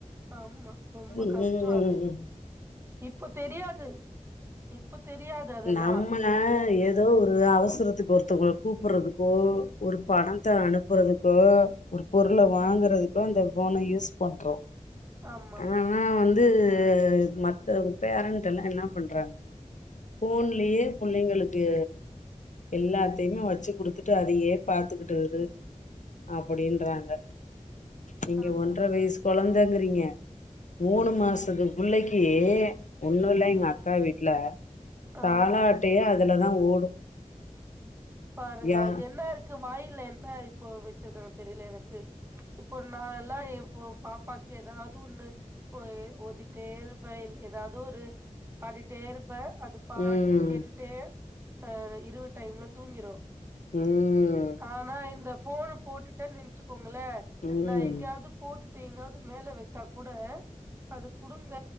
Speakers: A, on the right; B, on the left.
A: ஆமா ரொம்ப
B: ம்
A: கஷ்ட அது இப்ப தெரியாது இப்ப தெரியாது அதெல்லா
B: நம்மள ஏதோ ஒரு அவசரத்துக்கு ஒருத்தவ்ங்க கூப்புட்றதுக்கோ ஒரு பணத்த அனுப்புறதுக்கோ ஒரு பொருள வாங்குறதுக்கோ இந்த ஃபோன யூஸ் பண்றோ
A: ஆமா
B: ஆனா வந்து மத்தவ்ங்க பேரண்டெல்லா என்ன பண்றாங்க ஃபோன்லேயே பிள்ளைங்களுக்கு எல்லாத்தைமே வச்சு குடுத்துட்டு அதையே பாத்துக்கிட்டு இரு அப்டின்றாங்க நீங்க
A: ஆமா
B: ஒன்ர வயசு கொழந்தங்றீங்க மூணு
A: ம்
B: மாசத்து பிள்ளைக் கி ஒன்னு இல்ல எங்க அக்கா வீட் ல தாளாட்டையே
A: ஆ
B: அ அதுலதா ஓடு
A: பாருங்க
B: யா
A: அது என்னா இருக்கு வாயில் என்ன இப்போ வெச்சிருக்காங்க தெரில எனக்கு இப்போ நா எல்லா இப்போ பாப்பாக்கு ஏதாவது ஒண்ணு ஒ ஓதிட்டே இருப்ப எதாவது ஒரு பாடிட்டே இருப் ப அது பாட்டுக்கு
B: ம்
A: கேட்டுட்டே ஆ இரவு டைம்ல தூங்கிரு
B: ம்
A: ஆனா இந்த ஃபோனு போட்டுட்டன் நெனச் கோங்களே
B: ம்
A: நா எங்கயாவது போட்டு ட்டு எங்காவது மேல வெச்சா கூட அது குடுங்க